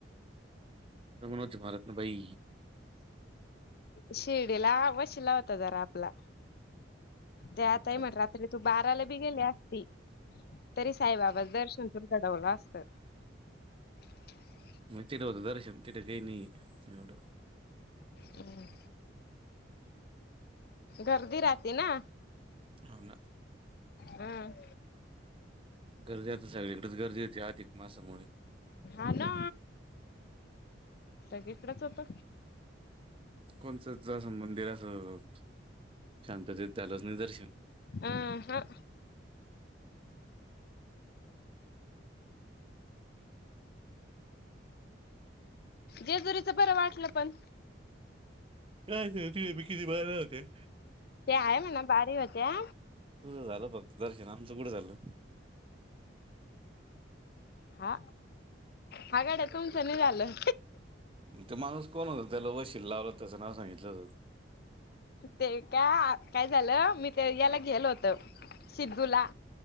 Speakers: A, on the right; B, on the left.
A: म्हनोज भारतन बाई
B: शिडीला वशीिला होता जरा आपला त्या
A: अंका.
B: आत आहे मट रात्री तू बाराला बी गेली असती. तरी साईबाबाच दर्शन तून घडवलं असत. <unintelligible>
A: म तिथं होत दर्शन तिथं केही नाही एवढं.
B: हम. घर्दी राहती ना.
A: हो ना
B: हम.
A: गरदी आता सगळीकडेच गर्दी होती आत एक मासामुळे
B: हा ना सगळीकडच होत.
A: कोणचंं मंदिर असं शांतत दलाच नि दर्शन
B: अ ह जेजुरीचं बरं वाटलं पण
A: काय त भीकी ती बाहेर नते
B: त्या आहे म ना बारी वत्या
A: तुझं झालं फक्त दर्शन आमचं कुठं झालं
B: हा हा गाड्या तुमचं नि झालं
A: ते माणूस कोण होत त्याला वशीील लावला तसं नाव सांगितलं त
B: ते का काय झालं मी ते याला गेलो होत सिद्धूला